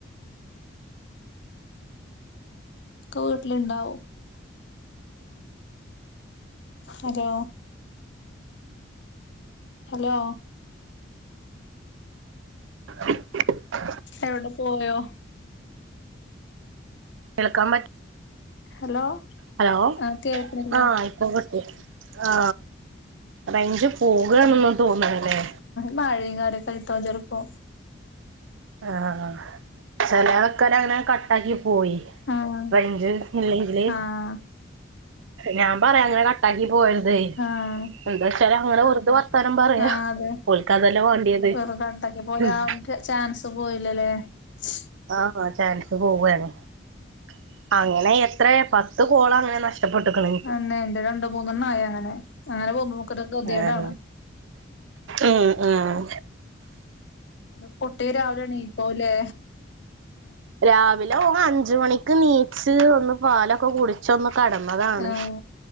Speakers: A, on the right (about 75°); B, on the left (about 65°).
A: അം <inaudible>
B: ക്ക വീട്ടിലി ണ്ടാവും. Hello hello.
A: <inaudible>
B: എവിടെ പോയോ?
A: കേൾക്കാൻ പറ്റ
B: ഹലോ
A: ഹലോ
B: ആഹ് കേൾക്കണില്ലേ
A: ആഹ് ട്ട ആ റേഞ്ച് പോകണ്ണെന്ന തോന്നണല്ലേ
B: മയേം കാര്യം ആയിട്ടായിരിക്കും ചിലപ്പോ
A: ആഹ് ചെലെ ആൾക്കാര ങ്ങനെ കട്ടാക്കി പോയി.
B: ആഹ്
A: റേഞ്ചു ഇല്ലെങ്കില്
B: ആഹ്
A: ഞാൻ പറയാ അങ്ങനെ കട്ടാക്കി പോകര്ത് തെ
B: ആഹ്
A: എന്താ വച്ചാല് ങ്ങനെ വെറുതെ വരത്താ ത്തരം പറയാ
B: ആഹ് അതെ
A: ഓൽക്ക് അതല്ലേ വേണ്ടിയത്
B: വെറും കട്ടാക്കി പോയാ
A: ഹ്മ്മ്.
B: അവൻക്ക് ചാൻസ് പോയില്ലല്ലേ ശ്.
A: ആആ ചാൻസ് പോവലോഅങ്ങനെ എത്രയ പത്ത് കോള അങ്ങനെ നഷ്ട ടപ്പെട്ടക്കാണ്.
B: അന്നെരണ്ട് രണ്ട് മൂന്നെണ്ണായി അങ്ങനെഅങ്ങനെ പോകുമ്പോ ഒക്കരു കദ്യ
A: ഏഹ്
B: ട്ടാണ്
A: ഉം ഉം
B: അ കുട്ടി രാവിലണീപ്പോല്ലേ?
A: രാവിലെഓൻ അഞ്ച് മണിക്ക് നീച്ച് ഒന്ന് പാലൊക്കെ കുടിച്ച് ച്ചൊന്ന് കടന്നതാണ്
B: ആഹ്